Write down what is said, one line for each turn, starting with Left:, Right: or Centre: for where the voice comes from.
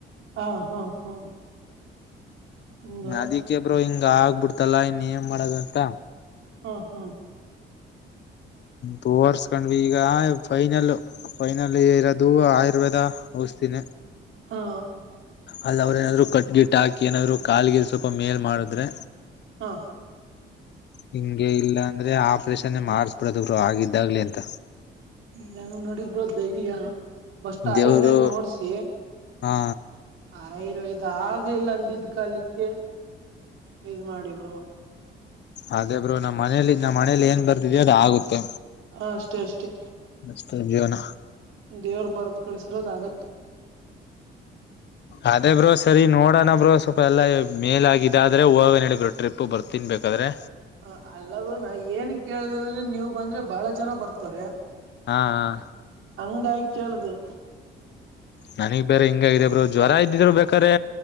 Right: ಹಾ ಹಾ ಹಾ ಹಂಗ
Left: ಅದಿಕ್ಕೆ ಬ್ರೋ ಹಿಂಗ ಆಗ್ಬಿಡ್ತಲ್ಲಾ ಇನ್ ಏನ್ ಮಾಡೋದು ಅಂತ
Right: ಹ ಹ್ಮ
Left: ತೋರ್ಸ್ಕೊಂಡ್ವಿ ಈಗ ಫೈನಲ್ಲು ಫೈನಲೀ ಇರೋದು ಆಯುರ್ವೇದ ನ
Right: ಹಾ
Left: ಅಲ್ಲಿ ಅವ್ರ್ ಏನಾದ್ರು ಕಟ್ ಗಿಟ್ ಹಾಕಿ ಏನಾದ್ರು ಕಾಲ್ಗೀಲ್ ಸ್ವಲ್ಪ ಮೇಲ್ ಮಾಡಿದ್ರೆ
Right: ಹಾ
Left: ಹಿಂಗೆ ಇಲ್ಲ ಅಂದ್ರೆ ಆಪ್ರೇಷನ್ನೇ ಮಾಡಸ್ಬಿಡದು ಬ್ರೋ ಆಗಿದ್ದಾಗ್ಲಿ ಅಂತ.
Right: ನ ನೋಡಿಬ್ರೋ ಧೈರ್ಯ ಫಸ್ಟ್ ಆಯುರ್ವೇದ್
Left: ದೇವ್ರು
Right: ನೋಡ್ಸಿ
Left: ಹಾ
Right: ಆಯುರ್ವೇದ ಆಗ್ಲಿಲ್ಲ ಅಂದಿದ್ದ್ ಕಾಲಕ್ಕೆ ಇದ್ ಮಾಡಿ ಬ್ರೋ
Left: ಅದೇ ಬ್ರೋ ನಮ್ಮ್ ಮನೇಲಿ ನಮ್ಮ್ <unintelligible> ಆಗುತ್ತೆ
Right: ಹ ಅಷ್ಟೇ ಅಷ್ಟೇ
Left: ಅಷ್ಟೇ ಜೀವನ
Right: ದೇವ್ರ್ ಬರ್ದು ಕಳಸ್ ಇರೋದಾಗತ್ತ್,
Left: ಅದೇ ಬ್ರೋ, ಸರಿ ನೋಡೋಣ ಬ್ರೋ, ಸ್ವಲ್ಪ ಎಲ್ಲಾ ಮೇಲಗಿದಾದ್ರೆ ಹೋಗಗ ಹೇಳಿಬ್ರೋಟ್ರಿಪ್ ಬರ್ತವಿ. ತಿನ್ಬೇಕಾದ್ರೆ,
Right: ಹ ಅಲ್ಲ ಗುರು ನಾ ಏನ್ ಕೇಳ್ದೆ ಅಂದ್ರೆ ನೀವ್ ಬಂದ್ರೆ ಬಹಳ ಜನ ಬರ್ತಾರೆ.
Left: ಹಾ ಹಾ
Right: ಹಂಗಾಗ್ ಕೇಳ್ದೆ.
Left: ನನಗ್ ಬೇರೆ ಹಿಂಗಾಗಿದೇ ಬ್ರೋ ಜ್ವರ ಇದ್ದಿದ್ರೆ ಬೇಕಾದ್ರೆ